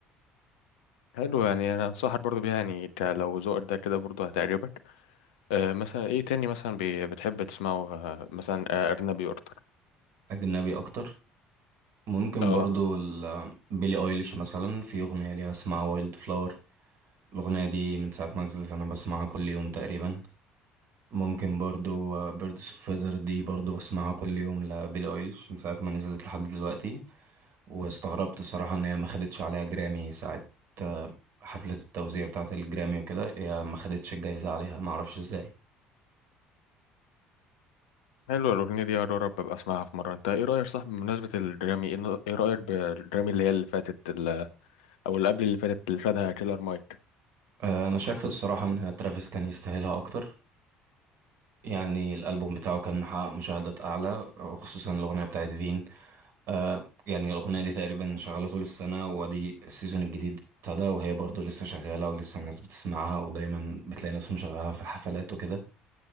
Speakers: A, on the left (about 70°); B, on the right (about 55°).
A: حلو يعني انا انصحك برضو بيها يعني ك- لو ذوقك ده كده برضو هتعجبك آه مثلا ايه تاني مثلا بي- بتحب تسمعه آه، مثلا آه، اجنبي اكتر
B: أجنبي أكتر ممكن
A: اه
B: برضو ال- بيلي ايليش مثلا في اغنيه ليها اسمها وايلد فلاور الاغنيه دي من ساعه ما نزلت انا بسمعها كل يوم تقريبا ممكن برضو بيردس اوف فيزر دي برضو بسمعها كل يوم لبيلي ايليش من ساعه ما نزلت لحد دلوقتي واستغربت الصراحه ان هي ما خدتش عليها جرامي ساعه آه، حفله التوزيع بتاعه الجرامي وكده هي ما خدتش الجايزه عليها ما اعرفش ازاي
A: حلو الاغنيه دي يا رب ابقى اسمعها في مره انت ايه رايك صح بمناسبه الجرامي ايه ن- إيه رايك بالجرامي اللي هي اللي فاتت ال- او اللي قبل اللي فاتت اللي خدها كيلر مايك
B: آه، انا شايف الصراحه ان ترافيس كان يستاهلها اكتر يعني الالبوم بتاعه كان محقق مشاهدات اعلى وخصوصا الاغنيه بتاعت فين آه يعني الأغنية دي تقريبا شغالة طول السنة وادي السيزون الجديد ابتدى وهي برضو لسه شغالة ولسه الناس بتسمعها ودايما بتلاقي ناس مشغلها في الحفلات وكده